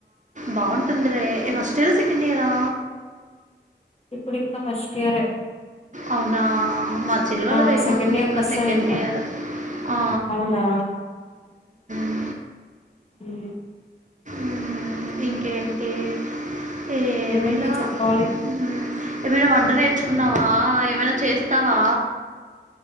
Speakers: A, on the right; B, on the left.
A: బాగుంటుంది లే ఫస్ట్ ఇయరా సెకండ్ ఇయరా
B: ఇప్పుడు ఇంకా ఫస్ట్ ఇయరే
A: అవునా మా చెల్లి వాళ్ళది
B: ఆ
A: అయిపోతుంది
B: సెకండ్ ఇయర్
A: ఇంకా
B: కి వస్తది
A: సెకండ్
B: ఇంకా
A: ఇయర్ ఆ
B: అవునా
A: మ్
B: ఈ
A: ఉమ్ ఇంకేంటి ఏమిలా
B: ఏముంది చెప్పాలి
A: ఉహ్మ్ ఏమైనా వంట నేర్చుకున్నావా ఏమైనా చేస్ తవా